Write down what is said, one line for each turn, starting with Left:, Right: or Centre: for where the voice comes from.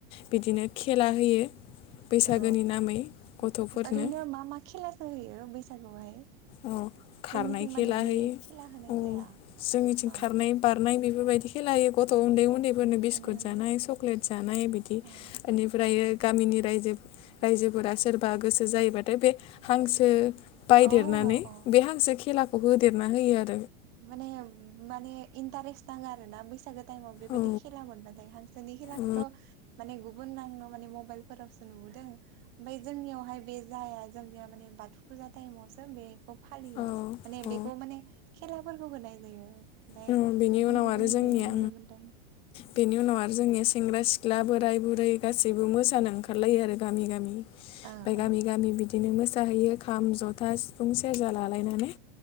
Left: बिदिनो खेला होयो। बैसागोनि
Right: औ
Left: नामै गथ'फोरनो
Right: ओरैनो मा मा खेला होयो बैसागुआवहाय?
Left: औ खारनाय
Right: जोंनिथिं माने
Left: खेला
Right: इदि
Left: हैयो
Right: खेला होनाय
Left: औ
Right: जाया
Left: जोंनिथिं
Right: औ
Left: खारनाय बारनाय बे बेफोरबायदि खेललाायो गथ' उन्दै उन्दै फोरनो बिस्कुट
Right: उन्दै उन्दै
Left: जानाय सक्लेट जानाय बिदि
Right: औ
Left: बेनिफ्रायो गामिनि रायजो रायजोफोरा सोरबा गोसो जायोबाथाय बे हांसो
Right: औ
Left: देरनानै
Right: औ
Left: बे हांसो खेलाखौ होदेरना होयो आरो।
Right: माने माने इन्टारेस्ट नाङो आरोना बेसे बैसागो टाइमाव बेबायदि
Left: औ
Right: खेला मोनबाथाय हांसोनि खेलाखौथ'
Left: औ
Right: माने गुबुन नांगौ माने म मबाइलफोरावसो नुबोदों उमफ्राय जोंनियावहाय बे जाया। जोंनिया माने बाथौ फुजा टाइमावसो बेखौ फालियो
Left: औ
Right: माने
Left: औ
Right: बेखौ माने मुवाफोरखौ होनाय जायो। ओमफ्राय
Left: बेनि
Right: गुबुन
Left: उनाव
Right: गुबुन
Left: आरो जोंनिया
Right: इदिनो नुनो मोनदों
Left: बेनि उनाव आरो जोंनिया सेंग्रा सिख सिख्ला बोराइ बुरै गासैबो मोसानो ओंखारलायो आरो गामि गामि ओमफ्राय
Right: ओ
Left: गामि
Right: ओ
Left: गामि बिदि बिदिनो मोसाहैयो खाम जथा सिफुं सेरजा लालायनानै